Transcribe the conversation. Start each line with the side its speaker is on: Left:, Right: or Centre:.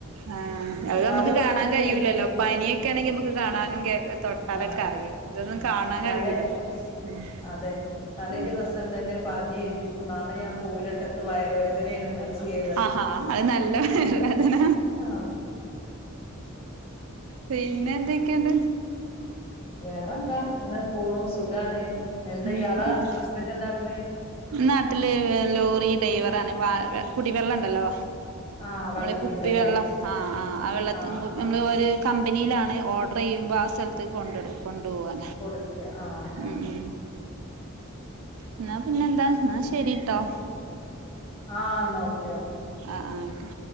Right: ആ
Left: ഉം
Right: അത് നമുക്ക്
Left: തലോസം
Right: കാണാൻ
Left: തന്നെ
Right: കഴിയൂലല്ലോ
Left: ഏൽപ്പിക്കും
Right: പനിയൊക്കെ ആണെങ്കി നമുക്ക് കാണാനും തൊട്ടാലൊക്കെ
Left: ആഹ്
Right: അറിയേ ഇതൊന്നും കാണാൻ
Left: തലേ
Right: കഴിയലല്ലോ ഉം
Left: അതെ തലേ
Right: ഉം
Left: ദിവസം തന്നെ പറഞ്ഞഞ് ഏൽപ്പിക്കും നാളെ ഞാൻ പോകലിട്ടക്ക് വയർ വ താനെ മച്ചിയേ പറയും
Right: ആഹാ അത് നല്ല വയറുവേദന
Left: ആ
Right: പിന്നെ എന്തൊക്കെയണ്ട്
Left: വേറെ എന്താ ഇങ്ങനെ പോണു സുഖാണ് എന്താ
Right: ഉം
Left: ഇയാളാ ഹസ്ബൻഡ എന്താട്ടന്
Right: നാട്ടില് ലോറി ഡ്രൈവറണ് വ കുടിവെള്ളംണ്ടല്ലോ
Left: ആഹ്
Right: നമ്മളെ
Left: വെള്ളത്തിന്റെ
Right: കുപ്പി
Left: ല്ലേ
Right: വെള്ളം ആ ആ ആ വെള്ളത്തി
Left: ആഹ്
Right: നമ്മള്
Left: ആഹ്
Right: ഒരു കമ്പനിയിലാണ് ഓർഡർ ചെയ്യുമ്പോ ആ സ്ഥലത്തേക്ക് കൊണ്ട കൊണ്ടു പോവാ
Left: കൊടുക്ക ആഹ് ആഹ്
Right: ഉം ഉം എന്നാ പിന്നെന്താ എന്നാ ശരിട്ടോ
Left: ആ നോക്ക
Right: ആ ആ ആയിക്കോ